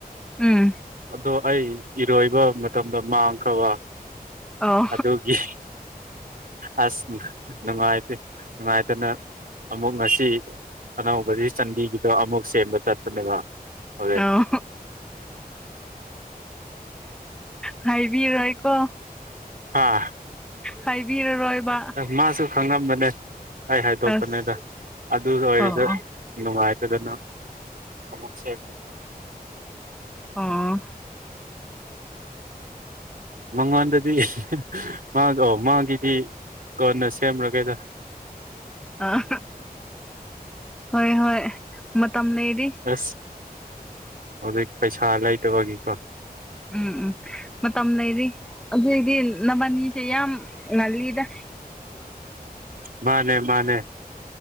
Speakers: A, in the centre; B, on the right.
A: ꯎꯝ
B: ꯑꯗꯣ ꯑꯩ ꯏꯔꯣꯏꯕ ꯃꯇꯝꯗ ꯃꯥꯡꯈꯕ
A: ꯑꯧ
B: ꯑꯗꯨꯒꯤ ꯑꯁ ꯅꯨꯡꯉꯥꯏꯇꯦ ꯅꯨꯡꯉꯥꯏꯇꯅ ꯑꯃꯨꯛ ꯉꯁꯤ ꯑꯅꯧꯕꯗꯤ ꯆꯟꯗꯤꯒꯤꯗꯣ ꯑꯃꯨꯛ ꯁꯦꯝꯕ ꯆꯠꯄꯅꯦꯕ ꯍꯧꯖꯤꯩ
A: ꯑꯧ ꯍꯥꯏꯕꯤꯔꯣꯏꯀꯣ
B: ꯑꯥ
A: ꯍꯥꯏꯕꯤꯔꯔꯣꯏꯕ
B: ꯃꯥꯁꯨ ꯈꯪꯉꯝꯕꯅꯦ ꯑꯩ ꯍꯥꯏꯗꯣꯛꯀꯅꯤꯗ
A: ꯑꯁ
B: ꯑꯗꯨ ꯑꯣꯏꯔꯁꯨ
A: ꯑꯣ ꯑꯣ
B: ꯏꯅꯨꯡꯉꯥꯏꯇꯅ ꯑꯃꯨꯛ ꯁꯦꯝꯕꯅꯦꯕꯥ
A: ꯑꯥ
B: ꯃꯉꯥꯟꯗꯗꯤ ꯃꯥꯗꯣ ꯃꯥꯒꯤꯗꯤ ꯀꯅ ꯁꯦꯝꯔꯥꯒꯦꯗ
A: ꯑꯥ ꯍꯣꯏ ꯍꯣꯏ ꯃꯇꯝ ꯂꯩꯔꯤ
B: ꯑꯁ ꯍꯧꯖꯤꯛ ꯄꯩꯁꯥ ꯂꯩꯇꯕꯒꯤꯀꯣ
A: ꯎꯝ ꯎꯝ ꯃꯇꯝ ꯂꯩꯔꯤ ꯑꯗꯨꯏꯗꯤ ꯅꯕꯥꯅꯤꯁꯦ ꯌꯥꯝ ꯉꯜꯂꯤꯗ
B: ꯃꯥꯅꯦ ꯃꯥꯅꯦ